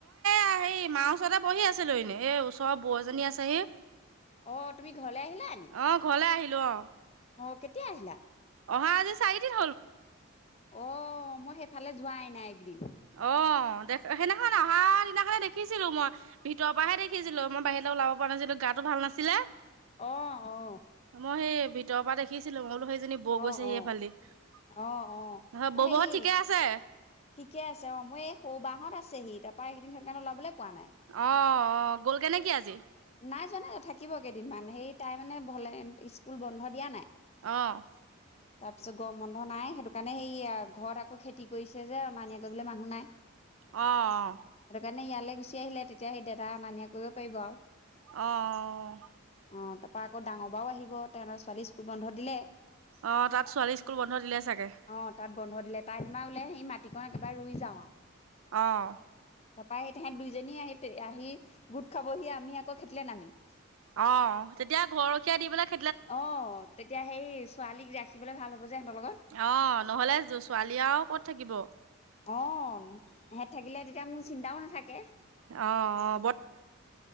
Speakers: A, on the right; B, on the left.
A: এ হেই মা ওচৰতে বহি আছিলো। এনেই এই ওচৰৰ বৌ এজনী আছেহি৷
B: অ' তুমি ঘৰলে আহিলা নি?
A: অ <unintelligible>
B: অ কেতিয়া আহিলা?
A: অহা আজি চাৰি-
B: অ মই সেইফালে যোৱাই নাই এইকেইদিন৷
A: অ দেখ সেইদিখন অহাৰ দিনাখনে দেখিছিলো মই৷ ভিতৰৰ পৰাহে দেখিছিলো৷ মই বাহিৰলে ওলাব পৰা নাছিলো গাটো ভাল নাছিলে৷
B: অ অ
A: মই সেই ভিতৰৰ পৰা দেখিছিলো মই বোলো নী বৌ
B: অ
A: গৈছেহি
B: অ
A: সেইফালদি৷
B: অ অ মই
A: ববৌহঁত
B: হেৰি
A: ঠিকে আছে?
B: ঠিকে আছে৷অ মই এই সৌ বা হঁত আছেহি তাৰ পৰা এইকেইদিন সেইটো কাৰণে ওলাবলৈ পোৱা নাই৷
A: অ'অ' গ'লগে নে কি আজি?
B: নাই যোৱা নাই৷ থাকিব কেইদিনমান৷সেই তাই মানে ঘৰলে স্কুল বন্ধ দিয়া নাই৷
A: অ'
B: তাৰপিছত গৰম বন্ধ নাই। সেইটো কাৰণে সেইয়া ঘৰত আকৌ খেতি কৰিছে। যে অনা নিয়া কৰিবলৈ মানুহ নাই৷
A: অ'অ'।
B: মানে ইয়ালৈ গুচি আহিলে তেতিয়া সেই দাদাই অনা নিয়া কৰিব পাৰিব আৰু
A: অ'অ'।
B: অ তাৰ পৰা আকৌ ডাঙৰ বা ও আহিব তাই ছোৱালী স্কুল বন্ধ দিলে৷
A: অ' তাত ছোৱালী স্কুল বন্ধ দিলে চাগে
B: অ তাত বন্ধ দিলে৷তাই বোলে <unintelligible> সেই মাটিকন একেবাৰে ৰুই যাওঁ আৰু
A: অঁ
B: তাৰপা সি তাহেত দুইজনী আহি আহি গোট খাবহি আমি আকৌ খেতিলে নামিম।
A: অ' তেতিয়া ঘৰৰখীয়া দি পেলে
B: অ' তেতিয়া সেই ছোৱালীক ৰাখিবলৈ ভাল হ'ব। যে সিহঁতৰ লগত
A: অ নহ'লে ছোৱালী আৰু ক'ত? থাকিব
B: অ' এহেত থাকিলে তেতিয়া মোৰ চিন্তাও নাথাকে৷
A: অ' অ'